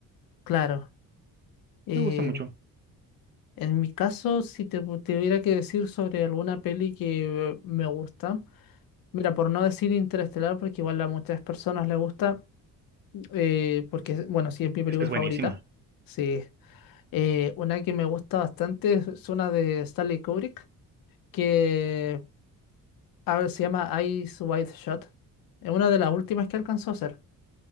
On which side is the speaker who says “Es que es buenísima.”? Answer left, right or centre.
Right